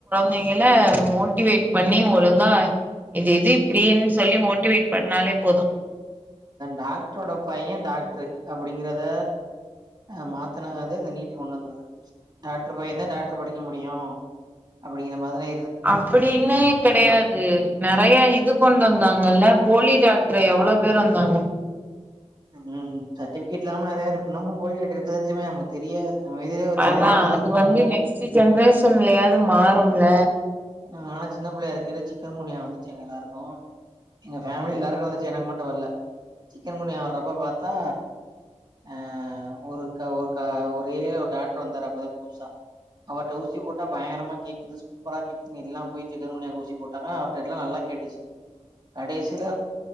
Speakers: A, on the right; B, on the right.
A: நீங்கலாம் மோட்டிவேட் பண்ணி ஒழுங்கா இது இது இப்டினு சொல்லி மோட்டிவேட் பண்ணாலே போதும்
B: டாக்டரோட பையன் டாக்டரு அப்படிங்கிறத ஹ் மாத்தினதே நீட்டுக்கு கொண்டு வந்தது டாக்டர் பையன் தான் டாக்டர் படிக்க முடியும் அப்படிங்கிற மாரிதானே
A: அப்படின்னு கிடையாது நிறைய இது கொண்டு வந்தாங்கல்ல போலி டாக்டர் எவ்வளவு பேர் வந்தாங்க
B: ம் சர்டிஃபிகேட் இல்லாம நிறையாரு இன்னமும் போலி டாக்டரு இருக்குதான் செய்ஞ்க நமக்கு தெரியாது நம்ம எதிரே ஒருத்தர்
A: அதான்
B: நல்லா பாத்துட்டுருப்பாங்கல்ல.
A: அது வந்து நெக்ஸ்ட் ஜென்ரேஷன்லயாவது மாறும்ல
B: ஆனா சின்ன பிள்ளையா இருக்கிட்ட சிக்கன் குனியா வந்துச்சு எங்க எல்லா இருக்கும் எங்க பேஃமிலி எல்லா இருக்க வந்துச்சு எனக்கு மட்டும் வரல சிக்கன் குனியா வர்றப்ப பாத்தா ஆஹ் ஒரு ஒரு ஒரு ஏரியில ஒரு டாக்டர் வந்தாரு அப்பதான் புதுசா அவட்ட ஊசி போட்டா பயங்கரமா கேக்குது சூப்பரா கே எல்லாம் போய் சிக்கன் குனியாவுக்கு ஊசி போட்டாங்க அவர்க எல்லாம் நல்லா கேட்டுச்சு கடைசியில